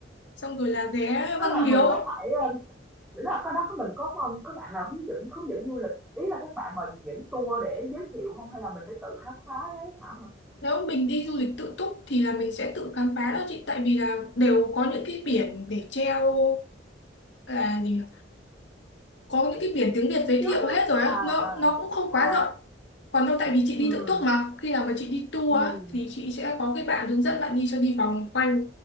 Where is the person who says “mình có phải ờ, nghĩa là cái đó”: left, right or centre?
Centre